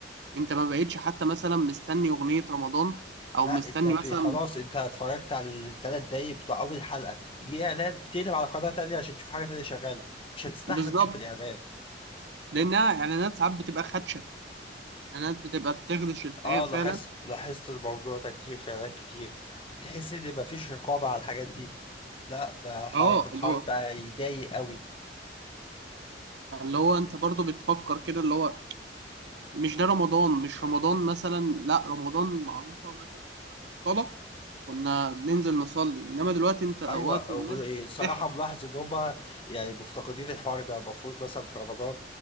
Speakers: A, on the right; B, on the left.
A: انت ما بقتش حتى مثلا مستني اغنيه رمضان او
B: لا
A: مستني
B: انت بي-
A: مثلا
B: خلاص انت اتفرجت على الثلاث دقايق بتوع اول حلقه دي اعلان بتقلب على قناه تانية عشان تشوف حاجه تانية شغاله مش هتستحمل
A: بالظبط
B: تشوف الاعلان
A: لانها اعلانات ساعات بتبقى خدشه الاعلانات بتبقى بتخدش الحياه
B: اه
A: فعلا
B: لاحظت لاحظت الموضوع ده كتير في اعلانات كتير بتحس ان مفيش رقابه على الحاجات دي لا بقى الحوار
A: اه
B: الحوار
A: اللي هو
B: بقى يضايق قوي
A: اللي هو انت برضو بتفكر كده اللي هو مش ده رمضان مش رمضان مثلا لا رمضان معروفه مثلا وقت الصلاه كنا بننزل نصلي انما دلوقتي انت وقت
B: ايوه
A: الناس
B: وصراحه
A: بتحيا
B: ملاحظ ان هم يعني مفتقدين الحوار ده المفروض مثلا في رمضان